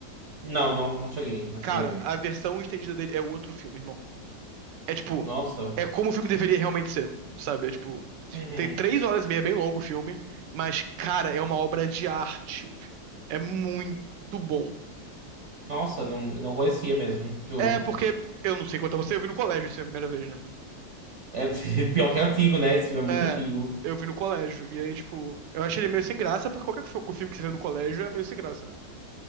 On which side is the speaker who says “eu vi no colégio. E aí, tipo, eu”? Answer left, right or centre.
Right